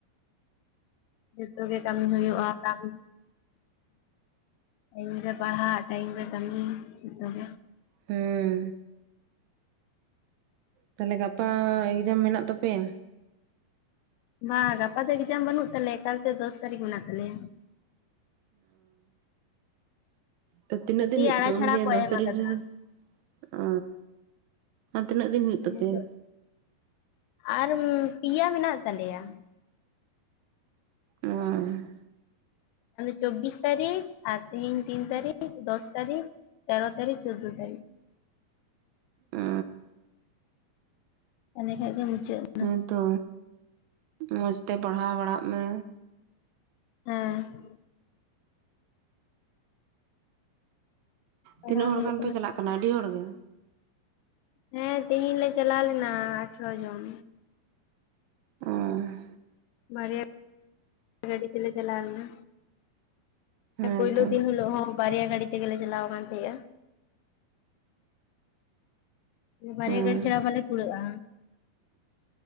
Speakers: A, on the left (about 80°); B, on the right (about 80°).
A: ᱡᱚᱛᱚ ᱜᱮ ᱠᱟᱹᱢᱤ ᱦᱩᱭᱩᱜᱼᱟ ᱚᱱᱟᱜᱮ ᱴᱟᱭᱤᱢ ᱨᱮ ᱯᱟᱲᱦᱟᱜ ᱴᱟᱭᱤᱢ ᱨᱮ ᱠᱟᱹᱢᱤ ᱡᱚᱛᱚ ᱜᱮ
B: ᱦᱮᱸ ᱛᱟᱦᱚᱞᱮ ᱜᱟᱯᱟ ᱮᱠᱡᱟᱢ ᱢᱮᱱᱟᱜ ᱛᱟᱯᱮᱭᱟ
A: ᱵᱟᱝ ᱜᱟᱯᱟ ᱫᱚ ᱮᱠᱡᱟᱢ ᱵᱟᱹᱱᱩᱜ ᱛᱟᱞᱮᱭᱟ ᱮᱠᱟᱞᱛᱮ ᱫᱚᱥ ᱛᱟᱹᱨᱤᱠᱷ ᱢᱮᱱᱟᱜ ᱛᱟᱞᱮᱭᱟ
B: ᱦᱮᱸ ᱛᱤᱱᱟᱹᱜ
A: ᱟᱹᱰᱤ
B: ᱫᱤᱱ ᱦᱩᱭᱩᱜ
A: ᱟᱲᱟ
B: ᱛᱟᱯᱮᱭᱟ
A: ᱪᱷᱟᱲᱟ
B: ᱩᱱᱜᱮ
A: ᱠᱚ
B: ᱫᱚᱥ
A: ᱮᱢ
B: ᱛᱟᱨᱤᱠᱷ
A: ᱟᱠᱟᱫᱟ
B: ᱨᱮ ᱚ ᱟᱨ ᱛᱤᱱᱟᱹᱜ ᱫᱤᱱ ᱦᱩᱭᱩᱜ
A: ᱢᱟᱱᱮ
B: ᱛᱟᱯᱮᱭᱟ
A: ᱪᱚ ᱟᱨ ᱯᱮᱭᱟ ᱢᱮᱱᱟᱜ ᱛᱟᱞᱮᱭᱟ
B: ᱦᱮᱸ
A: ᱪᱚᱵᱤᱥ ᱛᱟ. ᱨᱤᱠᱷ ᱟᱨ ᱛᱮᱦᱤᱧ ᱛᱤᱱ ᱛᱟ. ᱨᱤᱠᱷ ᱫᱚᱥ ᱛᱟ. ᱨᱤᱠᱷ ᱛᱮᱨᱚ ᱛᱟᱨᱤᱠᱷ ᱪᱳᱣᱫᱚ ᱛᱟᱹᱨᱤᱠᱷ
B: ᱚ
A: ᱮᱸᱰᱮ ᱠᱷᱟᱱ ᱜᱮ ᱢᱩᱪᱟᱹᱫᱼᱟ
B: ᱦᱮᱸ ᱛᱚ ᱢᱚᱸᱡᱽ ᱛᱮ ᱯᱟᱲᱦᱟᱣ ᱵᱟᱲᱟᱜ ᱢᱮ
A: ᱦᱮᱸ ᱯᱟᱲᱦᱟᱣ
B: ᱛᱤᱱᱟᱹᱜ ᱦᱚᱲ
A: ᱦᱩᱭᱩᱜ
B: ᱜᱟᱱ ᱯᱮ ᱪᱟᱞᱟᱜ ᱠᱟᱱᱟ ᱟᱹᱰᱤ ᱦᱚᱲ ᱜᱮ
A: ᱦᱮᱸ ᱛᱮᱦᱮᱧ ᱞᱮ ᱪᱟᱞᱟᱣ ᱞᱮᱱᱟ ᱟᱴᱷᱨᱚ ᱡᱚᱱ
B: ᱦᱚᱸ
A: ᱵᱟᱨᱭᱟ ᱜᱟᱹᱰᱤ ᱛᱮ ᱪᱟᱞᱟᱣ ᱞᱮᱱᱟ
B: ᱦᱮᱸᱛᱚ
A: ᱯᱳᱭᱞᱩ ᱫᱤᱱ ᱦᱤᱞᱳᱜ ᱦᱚᱸ ᱵᱟᱨᱭᱟ ᱜᱟᱹᱰᱤ ᱛᱮᱜᱮᱞᱮ ᱪᱟᱞᱟᱣ ᱟᱠᱟᱱ ᱛᱟᱦᱮᱸᱫᱼᱟ ᱵᱟᱨᱭᱟ
B: ᱦᱮᱸ
A: ᱜᱟᱹᱰᱤ ᱪᱷᱟᱲᱟ ᱵᱟᱞᱮ ᱠᱩᱲᱟᱹᱜᱼᱟ